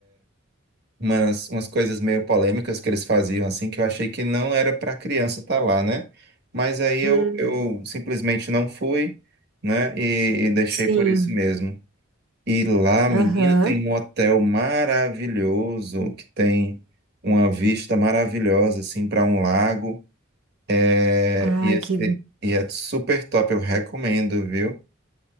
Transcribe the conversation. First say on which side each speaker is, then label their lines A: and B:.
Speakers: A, on the right (about 50°); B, on the right (about 85°).
A: umas, umas coisas meio polêmicas que eles faziam, assim, que eu achei que não era para criança estar lá, né? Mas aí eu,
B: Hum,
A: eu simplesmente não fui, né? E, e deixei
B: sim.
A: por isso mesmo. E lá, menina,
B: Aham.
A: tem um hotel maravilhoso, que tem uma vista maravilhosa, assim, para um lago. É,
B: Ai,
A: e,
B: que.
A: é- e é super top, eu recomendo, viu?